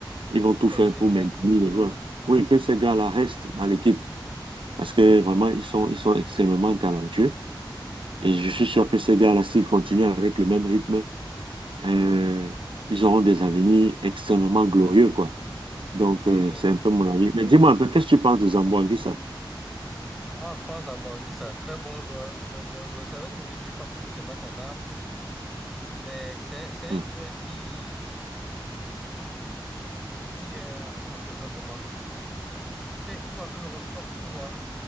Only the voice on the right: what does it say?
ils
vont tout
faire
pour maintenir
les joueurs. Oui, que ces
gars-là restent dans l'équipe, parce que vraiment, ils sont, ils sont extrêmement talentueux. Et je suis sûr que ces gars-là, s'ils continuent avec le même rythme, euh, ils auront des avenirs extrêmement glorieux, quoi. Donc,
euh,
c'est un peu
mon avis. Mais dis-moi un peu, qu'est-ce que tu penses de Zamboanguissa?
Hmm.